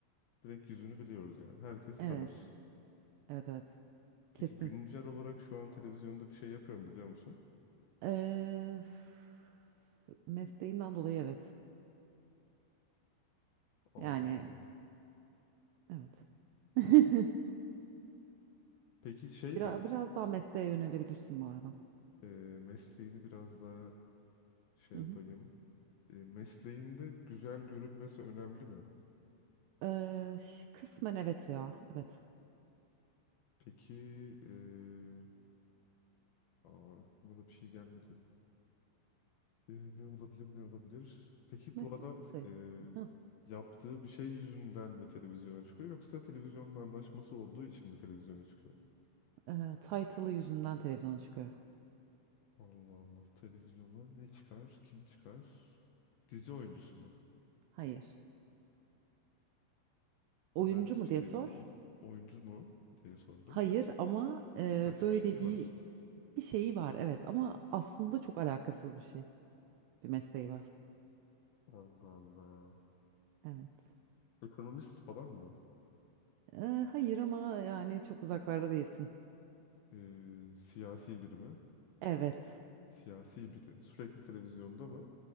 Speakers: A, on the left (about 70°); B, on the right (about 80°).
A: Direkt yüzünü biliyoruz yani. Herkes
B: evet,
A: tanır.
B: evet, evet.
A: Peki
B: Kesin.
A: güncel olarak şu an televizyonda bir şey yapıyor mu biliyor musun?
B: Ee, f- mesleğinden dolayı evet.
A: Allah
B: Yani
A: Allah.
B: evet. <laughs>
A: Peki şey
B: Biraz,
A: mi?
B: biraz daha mesleğe yönelebilirsin bu arada.
A: e, mesleğini biraz daha şey
B: Hı
A: yapayım.
B: hı.
A: E, mesleğinde güzel görünmesi önemli mi?
B: Ee, ş- kısmen evet ya. Evet.
A: Peki e, aa, aklıma da bir şey gelmedi. E, ne olabilir ne olabilir? Peki
B: Meslek
A: bu adam
B: sayılır.
A: e,
B: Hah,
A: yaptığı bir şey yüzünden mi televizyona çıkıyor yoksa televizyonla anlaşması olduğu için mi televizyona çıkıyor?
B: ee, title'ı yüzünden televizyona çıkıyor.
A: Allah Allah televizyona ne çıkar kim çıkar? Dizi oyuncusu mu?
B: Hayır. Oyuncu
A: Haber spikeri
B: mu diye sor.
A: değil. Oyuncu mu diye sordum.
B: Hayır ama e,
A: Birkaç
B: böyle
A: bir şeyi
B: bir
A: var.
B: bir şeyi var evet ama aslında çok alakasız bir şey. Bir mesleği var.
A: Allah Allah.
B: Evet.
A: Ekonomist falan mı?
B: E, hayır ama yani çok uzaklarda değilsin.
A: Ee, siyasi biri mi?
B: Evet.
A: Siyasi biri. Sürekli televizyonda mı?